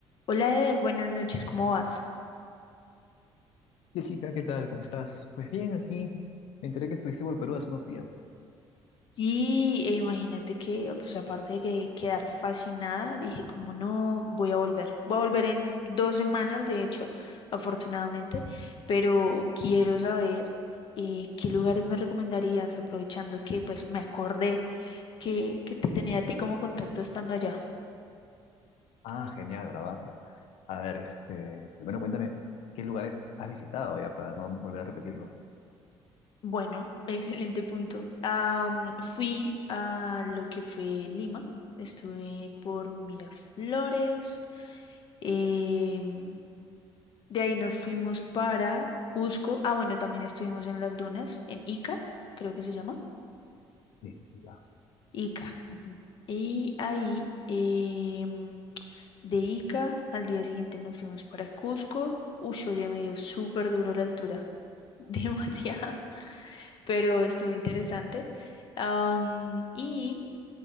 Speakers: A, on the left; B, on the left.
A: Hola Eder, buenas noches, ¿cómo vas?
B: Jessica, ¿qué tal? ¿Cómo estás? Pues bien, aquí me enteré que estuviste por Perú hace unos días.
A: Sí, e imagínate que, pues aparte de que quedar fascinada, dije, como no, voy a volver. Voy a volver en dos semanas, de hecho, afortunadamente, pero quiero saber eh, qué lugares me recomendarías, aprovechando que pues me acordé que, que te tenía a ti como contacto estando allá.
B: Ah, genial, bravazo. A ver, este, primero cuéntame, ¿qué lugares has visitado ya para no volver a repetirlos?
A: Bueno, excelente punto. Am, fui a lo que fue Lima, estuve por Miraflores, em, de ahí nos fuimos para Cusco, ah bueno, también estuvimos en las dunas, en Ica, creo que se llama,
B: Sí, ya.
A: Ica. ujú. Y ahí, em, de Ica, al día siguiente nos fuimos para Cusco, uy, oye, me dio súper duro la altura, <laughs> demasiado pero estuvo interesante. Am, y